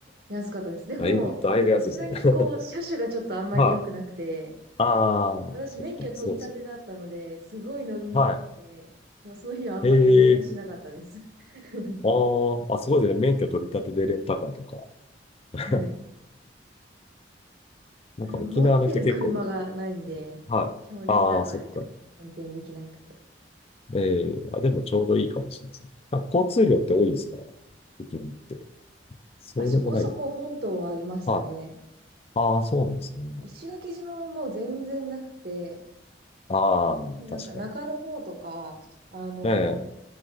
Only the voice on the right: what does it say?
安かったです。
<laughs> でも、
さすがにこう、車種がちょっとあんまり良くなくて、
私免許取り立てだったので、
すごい乗りにくくて、
もうその日はあんまり運転しなかったです。
<laughs>
はい。
あの、持ってる車がないんで、
基本レンタカーでしかね、
運転できなくて。
あ、そこそこ本島はありましたね。
石垣島はもう全然なくて、
特になんか中の方とか、
あの、